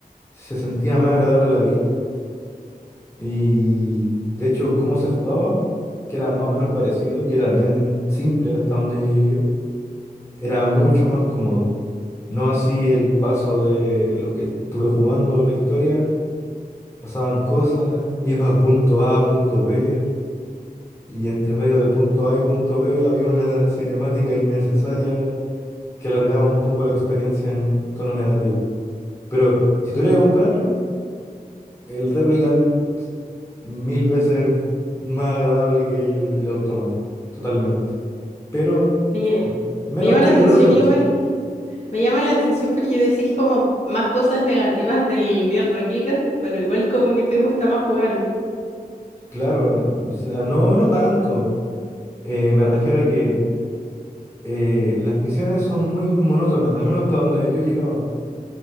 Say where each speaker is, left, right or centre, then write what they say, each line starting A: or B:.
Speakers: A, on the left (about 15°); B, on the left (about 45°).
A: se sentía más agradable a la vista. Y de hecho, cómo se jugaba, que era más o menos parecido y era bien simple hasta donde llegué yo, era mucho más cómodo. No así el paso de lo que estuve jugando, la historia. pasaban cosas, iba a punto A, punto B, y entre medio de punto A y punto B había una cinemática innecesaria que alargaba un poco la experiencia en tono negativo. Pero si tuviera que compararlo, el Replicant mil veces más agradable que el, el Automata, totalmente. Pero
B: Me, lle-
A: m- menos
B: me llama
A: que
B: la
A: el
B: atención
A: Breath of the Wild,
B: igual, me llama la atención porque decís como más cosas negativas del Nier Replicant, pero igual como que te gusta más jugarlo.
A: claro, n- o sea, no, no tanto. Eh, me refiero a que eh, las misiones son muy monótonas, al menos hasta donde yo llegaba.